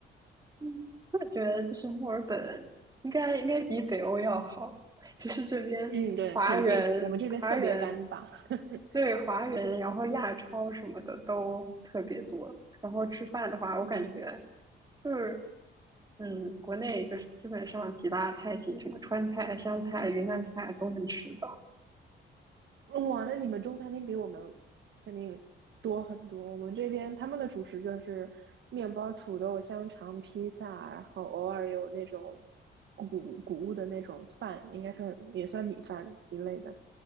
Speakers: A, on the right; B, on the right.
A: 嗯，我感觉就是墨尔本应该应该比北欧要好，就是这边华人华人
B: 嗯，对，肯定我们这边特别干巴。<laughs>
A: 对华人，然后亚超什么的都特别多。然后吃饭的话，
B: 嗯，
A: 我感觉就是，嗯，国内就是基本上几大菜系，什么川菜、湘菜、云南菜都能吃到。
B: 哇，那你们中餐厅比我们肯定多很多。我们这边他们的主食就是面包、土豆、香肠、披萨，然后偶尔有那种谷谷物的那种饭，应该算也算米饭一类的。